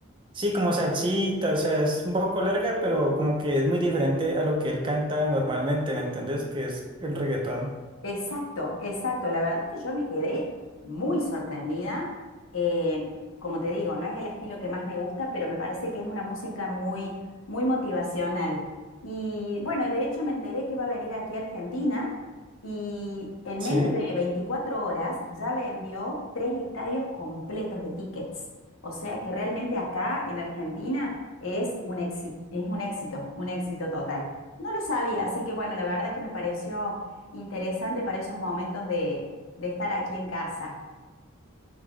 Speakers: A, on the right; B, on the left.
A: sí, como salsita, o sea, es un poco larga, pero como que es muy diferente a lo que él canta normalmente, ¿me entendés? Que es el reggaetón.
B: Exacto, exacto. La verdad que yo me quedé muy sorprendida. Eh, como te digo, no es el estilo que más me gusta, pero me parece que es una música muy, muy motivacional. Y bueno, de hecho me enteré que va a venir aquí a Argentina y en
A: Sí,
B: menos de 24 horas ya vendió tres estadios completos de tickets. O sea que realmente acá en Argentina es un éxito, es un éxito, un éxito total. No lo sabía, así que bueno, la verdad que me pareció Interesante para esos momentos de, de estar aquí en casa.